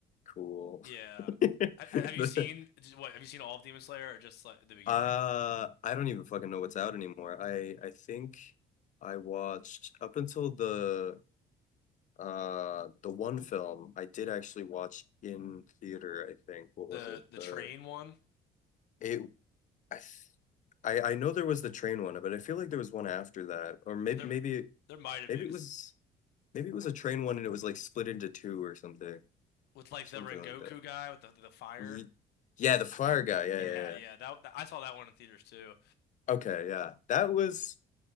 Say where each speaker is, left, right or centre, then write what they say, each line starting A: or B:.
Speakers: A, on the left (about 45°); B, on the left (about 75°).
A: cool.
B: Yeah.
A: <laughs> The-
B: I, I- have you seen what? Have you seen all of Demon Slayer or just like the beginning?
A: uh I don't even fucking know what's out anymore. I I think I watched up until the uh the one film I did actually watch in theater, I think. What was
B: The
A: it?
B: the
A: The
B: train one?
A: it I I, I know there was the train one, but I feel like there was one after that. Or maybe
B: There
A: maybe
B: there might have
A: maybe
B: been
A: it
B: 'cause
A: was maybe it was a train one and it was like split into two or something.
B: with like
A: Something
B: the Rengoku
A: like that.
B: guy with the the fire.
A: Ye- yeah, the fire guy. Yeah,
B: Yeah,
A: yeah, yeah.
B: yeah. That I saw that one in theaters too.
A: Okay, yeah. That was